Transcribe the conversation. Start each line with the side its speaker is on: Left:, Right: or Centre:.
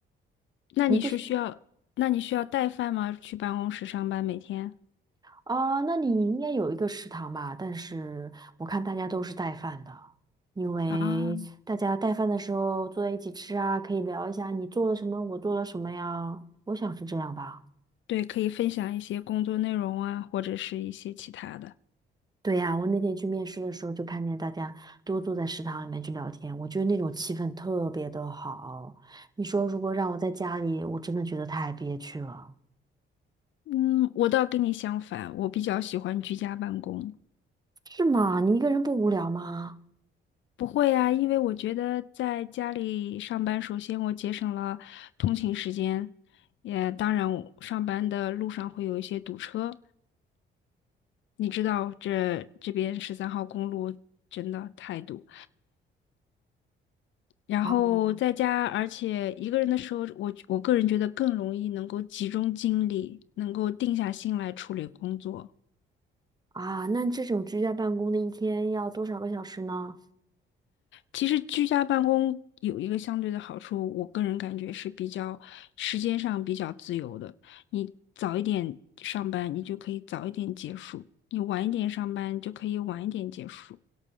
Left: 那你是需要，
Right: 你不喜
Left: 那你需要带饭吗？去办公室上班每天？
Right: 啊？那你应该有一个食堂吧？但是我看大家都是带饭的，因为大家带饭的时候坐在一起吃啊，
Left: 啊，
Right: 可以聊一下你做了什么，我做了什么呀。我想是这样吧。
Left: 对，可以分享一些工作内容啊，或者是一些其他的。
Right: 对呀，我那天去面试的时候，就看见大家都坐在食堂里面去聊天，我觉得那种气氛特别的好。你说如果让我在家里，我真的觉得太憋屈了，
Left: 嗯，我倒跟你相反，我比较喜欢居家办公。
Right: 是吗？你一个人不无聊吗？
Left: 不会呀，因为我觉得在家里上班，首先我节省了通勤时间，也当然我上班的路上会有一些堵车，你知道这这边十三号公路真的太堵。然后在家，
Right: 哦
Left: 而且一个人的时候，我我个人觉得更容易能够集中精力，能够定下心来处理工作。
Right: 啊，那这种居家办公的一天要多少个小时呢？
Left: 其实居家办公有一个相对的好处，我个人感觉是比较时间上比较自由的。你早一点上班，你就可以早一点结束；你晚一点上班，就可以晚一点结束。